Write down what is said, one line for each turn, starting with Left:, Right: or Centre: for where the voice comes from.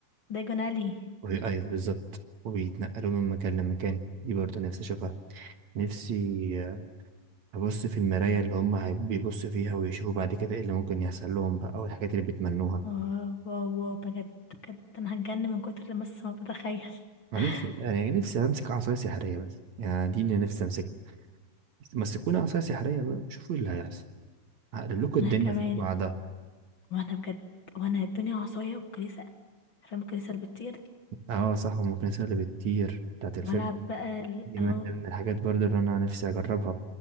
Left: دايجون الي
Right: وهي أيوة بالظبط وبيتنقلوا من مكان لمكان دي برضه نفسي أشوفها نفسي هبص في المراية اللي هم هي- بيبصوا فيها ويشوفوا بعد كده ايه اللي ممكن يحصل لهم بقى او الحاجات اللي بيتمنوها
Left: واو واو واو بجد بجد انا هتجن من كتر بس ما بتخيل
Right: انا
Left: <laughs>
Right: نفسي انا يعني نفسي امسك عصاية سحرية بس يعني دي اللي نفسي امسك مسكونا عصاية سحرية بقى شوفوا ايه اللي هيحصل هقلب لكم
Left: وانا
Right: الدنيا
Left: كمان
Right: فوق بعضها
Left: وانا بجد وانا الدنيا عصاية ومكنسة عارفة المكنسة اللي بتطير دي
Right: اه صح والمكنسة اللي بتطير بتاعت الفيلم
Left: والعب بقى ال-
Right: دي
Left: اهو
Right: من ضمن الحاجات برضو اللي انا نفسي اجربها